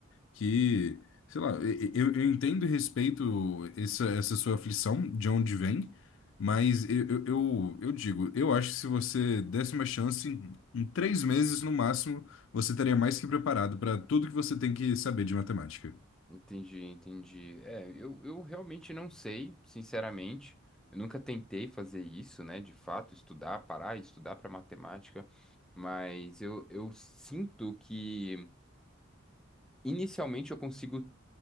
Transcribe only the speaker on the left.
que, sei lá, e- e- eu, eu entendo e respeito essa, essa sua aflição, de onde vem, mas eu, eu, eu eu digo, eu acho que se você desse uma chance, em, em três meses no máximo, você estaria mais que preparado para tudo que você tem que saber de matemática.